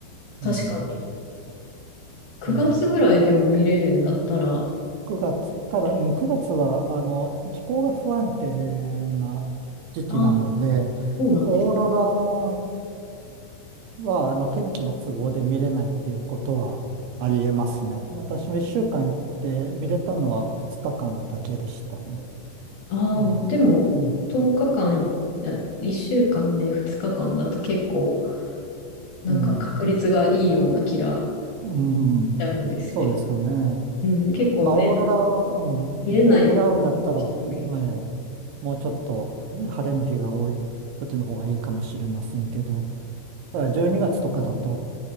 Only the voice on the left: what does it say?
確かに。
9月ぐらいでも見れるんだったら、
あれ
あ、そうなんです。
ああ、
でも、
10日間い、あ1週間で2日間だと結構、なんか確率がいいような気が
しちゃうんですけど。
うん、結構ね、
入れないで
人もいる。